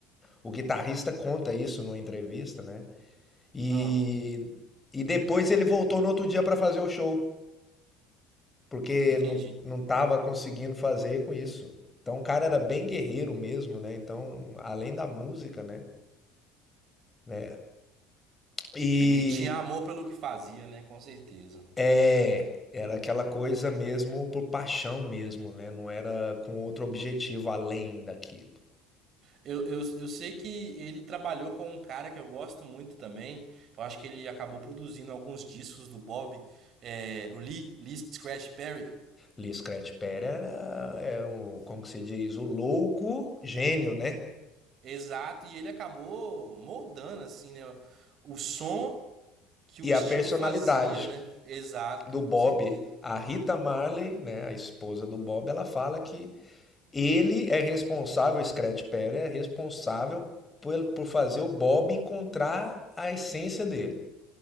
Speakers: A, on the left; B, on the right.
A: o guitarrista conta isso numa entrevista, né? E,
B: hum,
A: e depois ele voltou no outro dia para fazer o show, porque
B: entendi.
A: não, não tava conseguindo fazer com isso. Então o cara era bem guerreiro mesmo, né? Então, além da música, né? né? E,
B: Ele tinha amor pelo que fazia, né? Com certeza.
A: É, era aquela coisa mesmo por paixão mesmo, né, não era com outro objetivo além daquilo.
B: Eu, eu, eu sei que ele trabalhou com um cara que eu gosto muito também. Eu acho que ele acabou produzindo alguns discos do Bob, é, o Lee, Lee Scratch Perry.
A: Lee Scratch Perry era é o como que se diz? O louco gênio, né,
B: Exato, e ele acabou moldando assim, né, o som que
A: e
B: o estilo
A: a personalidade
B: fazia, né? Exato,
A: do Bob,
B: com certeza.
A: a Rita Marley, né, a esposa do Bob, ela fala que ele é responsável, o Scratch Perry é responsável por por fazer o Bob encontrar a essência dele.